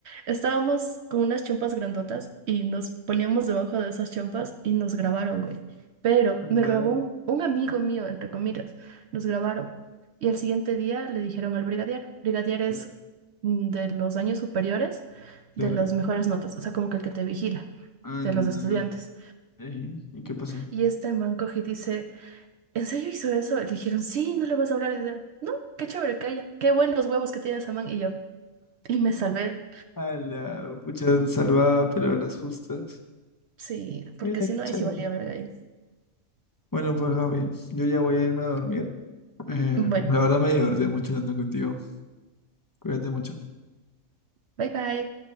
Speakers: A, on the right (about 65°); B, on the left (about 25°).
A: Estábamos con unas chompas grandotas y nos poníamos debajo de esas chompas y nos grabaron, güey. Pero
B: Anda,
A: me grabó un, un amigo mío, entre comillas, nos grabaron. Y al siguiente día le dijeron al brigadier. Brigadier es
B: anda,
A: mm, de los años superiores, de
B: claro.
A: las mejores notas, o sea, como que el que te vigila,
B: Anda.
A: de los estudiantes.
B: Ey, ¿Y qué pasó?
A: Y este man coge y dice, ¿en serio hizo eso? Le dijeron, sí, no le vas a hablar. Y dice, no, qué chévere, que haya qué buenos huevos que tiene esa man. Y yo, y me salvé,
B: A la pucha salvada, pero a las justas.
A: sí, porque
B: Mira,
A: si
B: qué
A: no,
B: chévere.
A: ahí sí valía verga yo.
B: Bueno, pues Javi, yo ya voy a irme a dormir. Eh,
A: Bueno,
B: la verdad me divertí mucho hablando contigo. Cuídate mucho.
A: bye bye.